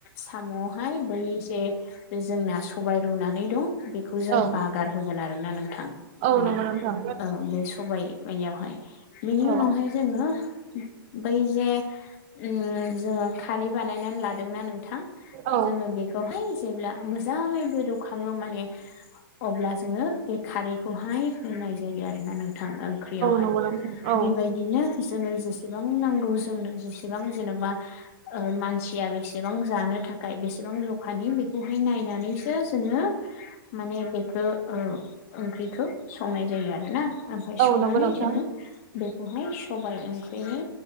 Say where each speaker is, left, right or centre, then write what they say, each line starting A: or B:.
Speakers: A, on the left; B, on the right.
A: साम'आवहाय बै जे जोंना सबाय रुनानै दं बे खौ जों
B: औ
A: बागार होगोन आरोना नोंथां
B: औ
A: माने
B: नंगौ नोंथां
A: बे स सबाय आवहाय बेनि
B: औ
A: उनावहाय जोङो बै जे उम जो खारै बा बनायना लादोंना नोंथां
B: औ
A: जोङो बे वहाय जेब्ला मोजाङै गोदौखाङो माने अब्ला जोङो बे खारैखौहाय होनाय जायो आरोना नोंथां औ ओख्रियावहाय
B: नंगौ नोंथां औ
A: बेबायदिनो जोङो जे सेबां नांगौ जोंनो जेसेबां जेनेबा मानसिया बेसेबां जानो थाखाय बेसेबां ज खानि बेखौहाय नायनानैसो जोङो माने बे ओ ओंख्रिखौ संनाय जायो आरो ना ओमफफ्राय
B: औ
A: संनानै
B: नंगौ नोंथां
A: जोङो बेखौहाय सबाय ओंख्रिनो